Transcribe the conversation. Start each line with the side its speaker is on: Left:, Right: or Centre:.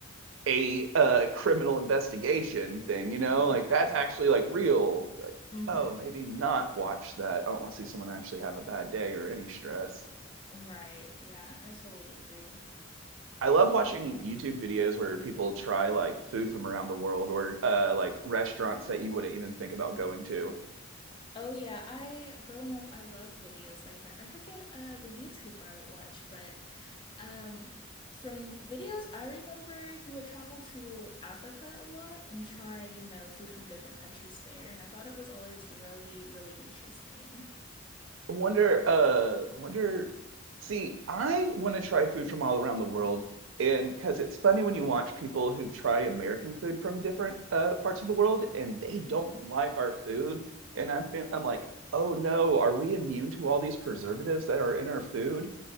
Right: a uh criminal investigation thing, you know?
Left: Yeah.
Right: Like that's actually like real. You're like,
Left: hmm
Right: oh, maybe not watch that. I don't want to see someone actually have a bad day or any stress.
Left: Right. Yeah, I totally agree.
Right: I love watching YouTube videos where people try like food from around the world or uh like restaurants that you wouldn't even think about going to.
Left: Oh yeah, I growing up I loved videos like that. I forget uh the YouTuber I would watch, but um from videos I remember he would travel to Africa a lot and try, you know, food from different countries there, and I thought it was always really, really interesting.
Right: I wonder, uh, I wonder, see, I want to try food from all around the world. And because it's funny when you watch people who try American food from different uh, parts of the world and they
Left: hmm
Right: don't like our food. And I'm, feel, I'm like, oh no, are we immune to all these preservatives that are in our food?